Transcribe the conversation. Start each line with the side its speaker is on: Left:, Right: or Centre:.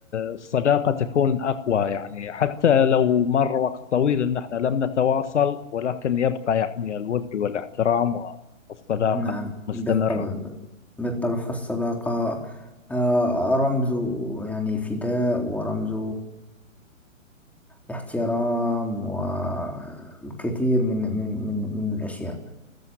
Left: الصداقة تكون أقوى يعني حتى لو مر وقت طويل إن احنا لم نتواصل ولكن يبقى يعني الود والاحترام والصداقة
Centre: نعم
Left: مستمرة
Centre: بالطبع بالطبع فالصداقة آه، رمز يعني فداء ورمز احترام والكثير من من من من الأشياء